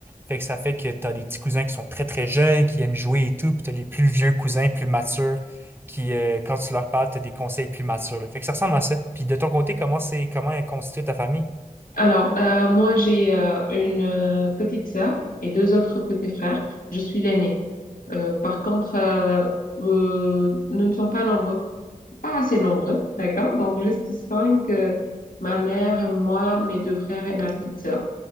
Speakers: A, on the right; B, on the left.
A: Fait que ça fait que tu as des petits cousins qui sont très, très jeunes, qui aiment jouer et tout, puis tu as les plus vieux cousins, plus matures, qui, euh, quand tu leur parles, t'as des conseils plus matures. là. Fait que ça ressemble à ça. Puis de ton côté, comment c'est, comment est constituée ta famille?
B: Alors euh, moi j'ai euh, une euh, petite sœur et deux autres petits frères. Je suis l'aînée. Euh, par contre, euh, euh, nous ne sommes pas nombreux pas assez nombreux, d'accord? Donc, juste cinq, euh, ma mère, moi, mes deux frères et ma petite sœur.